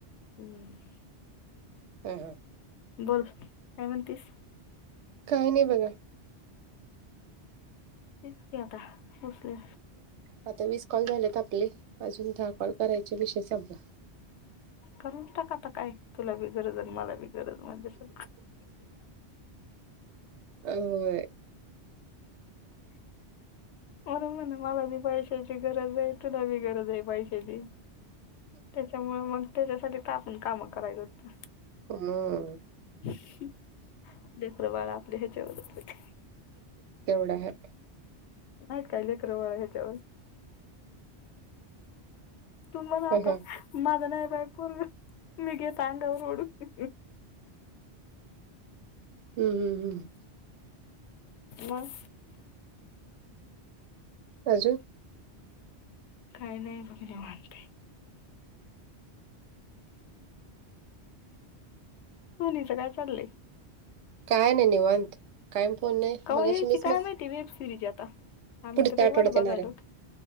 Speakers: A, on the left (about 80°); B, on the right (about 80°).
A: हम्म
B: हं... हं
A: बोल काय म्हणतीस
B: काही नाही बघा
A: तेच की आता बसले
B: आता वीस कॉल झालेत आपले, अजून दहा कॉल करायचे विषय संपला.
A: करून टाक आता काय. तुला बी गरज अन मला बी गरज म्हणजे असं
B: अ. व्हय
A: म्हणून म्हटलं मला बी पैशाची गरज ए, तुला बी गरज ए पैशाची त्याच्यामुळं मग, त्याच्यासाठी तर. आपण कामं करायलोत.
B: मग
A: हम्म लेकरं बाळं आपली हेच्यावरच हेत
B: तेवढं हाय
A: नाहीत काय लेकरं बाळं हेच्यावर? तू म्हण आता
B: हं, हं.
A: माझं नाय बाई पोरगं. मी घेतो अंगावर ओढून
B: हम्म हम्म हम्म
A: मग
B: अजून
A: काय नाई बघ निवांत आहे सोनीचं काय चाललंय?
B: काय नाई निवांत कायम फोन नाही.
A: कवा
B: मगाशी
A: यायची
B: मीच
A: काय
B: मेस
A: माहिती वेब सिरीज आता आम्ही
B: पुढच्या
A: तर लई
B: आठवड्यात
A: वाट बघायलोत
B: येणार आहे.